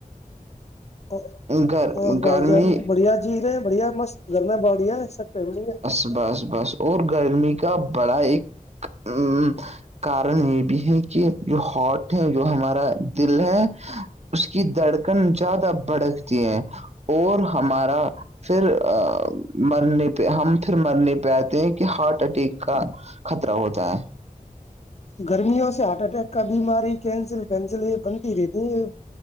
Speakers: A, on the left; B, on the right.
A: اور
B: گر
A: اور
B: گرمی
A: بھائی جان بڑھیا جھییر ہے بڑھیا مست گرم باڑیا ایسا کوئی بھی نہیں ہے
B: بس بس اور گرمی کا بڑا ایک ا کارن یہ بھی ہے کہ جو ہاٹ ہے جو ہمارا دل ہے اس کی دھڑکن زیادہ بڑک ہیں اور ہمارا پھر مرنے پہ ہم پھر مرنے پہ آتے ہیں کہ ہارٹ اٹیک کا خطرہ ہوتا ہے
A: گرمیوں سے ہارٹ اٹیک کا بیماری کینسل پینسل یہ بنتی رہتی یہ